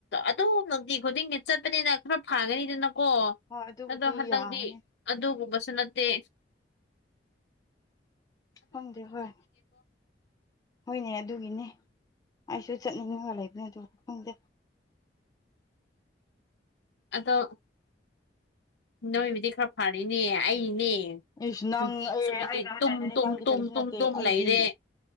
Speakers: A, on the left (about 70°); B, on the left (about 20°).
A: ꯑꯗꯨ ꯅꯨꯡꯇꯤ ꯈꯨꯗꯤꯡꯒꯤ ꯆꯠꯄꯅꯤꯅ ꯈꯔ ꯐꯥꯒꯅꯤ ꯀꯣ
B: ꯍꯣꯏ ꯑꯗꯨꯕꯨꯗꯤ
A: ꯑꯗꯣ ꯍꯟꯗꯛꯗꯤ
B: ꯌꯥꯔꯅꯤ
A: ꯑꯗꯨꯒꯨꯝꯕ ꯅꯠꯇ
B: ꯈꯪꯗꯦ ꯍꯣꯏ ꯍꯣꯏꯅꯦ ꯑꯗꯨꯒꯤꯅꯦ ꯑꯩꯁꯨ ꯆꯠꯅꯤꯡꯉꯕ ꯂꯩꯕꯅꯦ ꯑꯗꯨꯕꯨ ꯈꯪꯗꯦ
A: ꯑꯗꯣ ꯅꯣꯏꯕꯨꯗꯤ ꯈꯔ ꯐꯔꯅꯦ ꯑꯩꯅꯦ
B: ꯏꯁ ꯅꯪ
A: ꯨꯦ
B: ꯑꯩ
A: ꯇ
B: ꯑꯩꯒ
A: ꯇ ꯇꯨꯝ
B: ꯍꯥꯏꯔꯗꯤ ꯅꯪꯗꯤ
A: ꯇꯨꯝ
B: ꯀꯩꯁꯨ ꯅꯠꯇꯦ
A: ꯇꯨꯝ
B: ꯑꯩꯗꯤ
A: ꯂꯩꯔꯦ